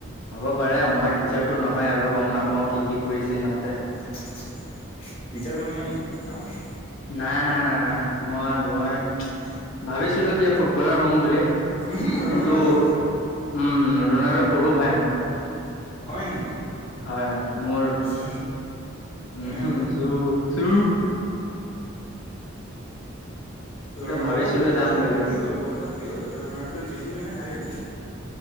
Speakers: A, on the left (about 65°); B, on the left (about 30°).
A: হ'ব পাৰে, মই টিচাৰটো নহয় আৰু গম নাপাও কি কি কৰিছে সিহঁতে?
B: টিচ্ছাৰ বনিবা নেকি তই ডাঙৰ হৈ?
A: নাই নাই নাই নাই, মই মই ভাবিছিলো কি ফুটবলাৰ হ'ম বুলি।
B: উমহু
A: কিন্তু
B: ৰনাল্ডো
A: উম ৰণাল্ডৰ সৰু ভাই মই।
B: হয় নেকি?
A: হয় হয়, মোৰ
B: জু
A: উম
B: এনেকে
A: হু
B: কৰে
A: চু চু।
B: ৰণাল্ড
A: ত ভাবিছিলো
B: অ এবাৰ
A: যাম বুলি
B: এবাৰ কি হল ৱৰ্ল্ড কাপ কি হল, এবাৰ ৰনাল্ডো জিতিলে নে হাৰিলে?